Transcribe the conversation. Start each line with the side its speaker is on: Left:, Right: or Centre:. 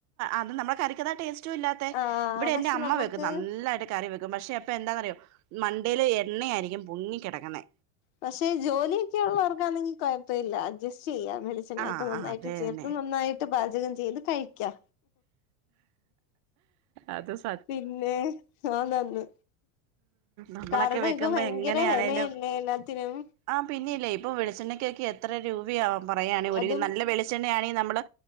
Right: അത് നമ്മെ കറിക്കതാ ടേസ്റ്റും ഇല്ലാത്തെ
Left: ആഹ്
Right: ഇവിടെ എന്റെ
Left: പക്ഷെ
Right: അമ്മ
Left: നമുക്ക്
Right: വെക്കും നല്ലായിട്ട്. കറി വെക്കും പക്ഷെ അപ്പൊ എന്താന്നറിയോ മണ്ടേല് എണ്ണയായിരിക്കും പൊങ്ങികെടക്കുന്നെ.
Left: പശെ ജോലിയൊക്കെ ഒള്ളവർക്കാന്നെങ്കി കൊയപ്പ ഇല്ല അഡ്ജസ്റ്റ് ചെയ്യാം വെളി ച്ചെണ്ണയൊക്കെ
Right: ആഹ്
Left: നന്നായിട്ട്
Right: ആഹ് അത്
Left: ചേർത്ത്
Right: തന്നെ
Left: നന്നായിട്ട് പാചകം ചെയ്ത് കഴിക്കാ.
Right: അത് സ
Left: പിന്നെ ആഹ് നന്ന്
Right: നമ്മളൊക്കെ
Left: കാരണം
Right: വെക്കുമ്പോ
Left: ഇപ്പ ഭയങ്കര
Right: എങ്ങനെയാണേലും
Left: വെലയല്ലേ എല്ലാ ത്തിനും.
Right: ആഹ് പിന്നെല്ലേ ഇപ്പൊ വെളിച്ചെണ്ണക്കൊക്കെ എത്ര രൂപയാവും പറയാണ് ഒരുകിലോ
Left: അതും
Right: നല്ല വെളിച്ചെണ്ണയാണെങ്കി നമ്മള്.